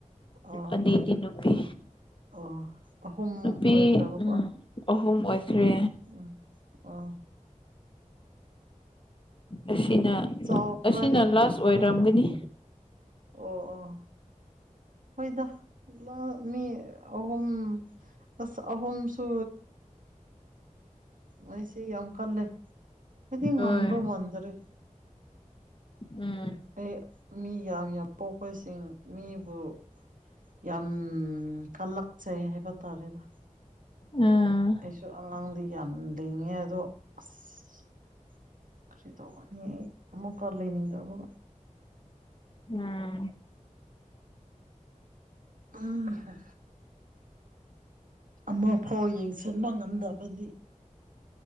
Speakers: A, on the right; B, on the left.
A: ꯑꯣ
B: ꯑꯅꯤꯗꯤ ꯅꯨꯄꯤ
A: ꯑꯣ ꯑꯍꯨꯝ
B: ꯅꯨꯄꯤ
A: ꯑꯣꯏꯈ꯭ꯔꯕꯀꯣ
B: ꯎꯝ ꯑꯍꯨꯝ ꯑꯣꯏꯈ꯭ꯔꯦ
A: ꯎꯝ ꯑꯣ
B: ꯑꯁꯤꯅ
A: ꯆꯥꯎꯈ꯭ꯔꯅꯤ
B: ꯑꯁꯤꯅ ꯂꯥꯁ ꯑꯣꯏꯔꯝꯒꯅꯤ
A: ꯑ ꯑꯣ ꯑꯣ ꯍꯣꯏꯗ ꯑꯃ ꯃꯤ ꯑꯍꯨꯝ ꯑꯁ ꯑꯍꯨꯝꯁꯨ ꯃꯣꯏꯁꯤ ꯌꯥꯝ ꯀꯜꯂꯦ ꯑꯩꯗꯤ ꯉꯝꯗꯣ
B: ꯍꯣꯏ
A: ꯃꯟꯗꯔꯦ
B: ꯎꯝ
A: ꯑꯩ ꯃꯤ ꯌꯥꯝ ꯌꯥꯝ ꯄꯣꯛꯄꯁꯤꯡ ꯃꯤꯕꯨ ꯌꯥꯝ ꯀꯜꯂꯛꯆꯩ ꯍꯥꯏꯕ ꯇꯥꯔꯦꯗ
B: ꯑꯥ
A: ꯑꯩꯁꯨ ꯑꯉꯥꯡꯗꯤ ꯌꯥꯝ ꯂꯉꯦ ꯑꯗꯣ ꯑꯁ ꯀꯔꯤ ꯇꯧꯅꯤ ꯑꯃꯨꯛꯀ ꯂꯩꯅꯤꯡꯗꯕ
B: ꯎꯝ
A: ꯎꯝ ꯍ ꯑꯃꯐꯥꯎ ꯌꯦꯡꯁꯤꯟꯕ ꯉꯝꯗꯕꯗꯤ